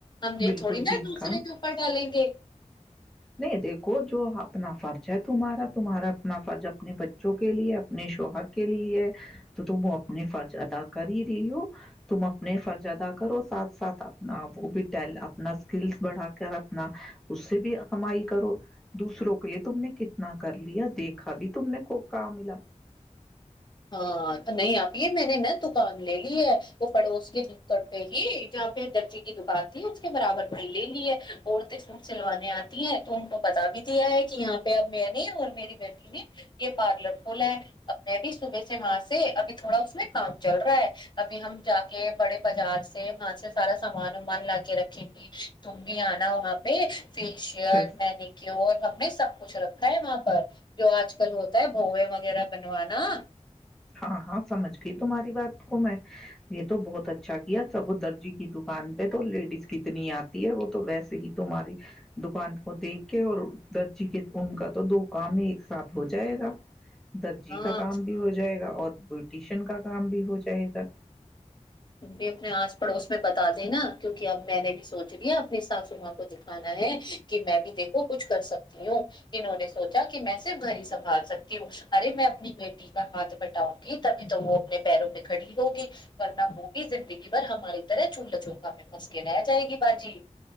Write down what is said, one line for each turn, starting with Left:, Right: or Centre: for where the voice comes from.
Left: ہم یہ
Centre: بالکل
Left: تھوڑی
Centre: ٹھیک
Left: نا دوسرے
Centre: ہے
Left: کے اوپر ڈالیں گے
Centre: نہیں دیکھو جو اپنا فرض ہے تمہارا تمہارا اپنا فرض اپنے بچوں کے لیے اپنے شوہر کے لیے ہے تو تم وہ اپنے فرض ادا کر ہی رہی ہو تم اپنے فرض ادا کرو ساتھ ساتھ اپنا وہ بھی اپنا اسکلس بڑھا کر اپنا اس سے بھی <unintelligible> کمائی کرو دوسروں کے لیے تم نے کتنا کر لیا دیکھا بھی تم نے کو کہ ملا
Left: ہاں نہیں آپ یہ میں نے نا دکان لے لی ہے وہ پڑوس کے نکڑ پہ ہی جہاں پہ درجی کی دکان تھی اس کے برابر بھ لے لی ہے عورتیں سوٹ سلوانے آتی ہیں تو ان کو پتا بھی دیا ہے کہ یہاں پہ اب میں نے اور میری بیٹی نے یہ پارلر کھولا ہے اب میں بھی صبح سے وہاں سے ابھی تھوڑا اس میں کام چل رہا ہے ابھی ہم جا کے بڑے بازار سے وہاں سے سارا سامان وامان لا کے رکھیں گی تم بھی آنا وہاںہ میں فیشیل
Centre: جب
Left: مینیکیور ہم نے سب کچھ رکھا ہے وہاں پر جو آج کل ہوتا ہے بھووے وغیرہ بنوانا
Centre: ہاں ہاں سمج گ تمہاری بات کو میں یہ تو بہت اچھا کیا سگوں درجی کی دکان پہ تو لیڈیز کتنی آتی ہے وہ تو ویسے ہی تمہاری دکان کو دیکھ کے اور درجی کے ان کا تو دو کام ایک ساتھ ہو جائے گا <unintelligible> درجیح
Left: ہاں
Centre: کا کام بھی ہو جائے اور بوٹیشن کا کام بھی ہو جائے گا
Left: بھی اپنے آس پڑوس میں بتا دینا کیوںکہ اب میں نے بھی سوچ لیا اپنی ساسماں کو دکھانا ہے کہ میں بھی دیکھو کچھ کر سکتی ہوں انہوں نے سوچا کہ میں صرف گھر ہی سنبھال سکتی ہوں ارے میں اپنی بیٹی کا ہاتھ بٹاؤں گی تبھی تو وہ اپنے پیروں پہ کھڑی ہوگی ورنہ <unintelligible> زندگی بھر ہماری طرح چولہ چھوکھا میں پھنس کے رہ جائے گی باجی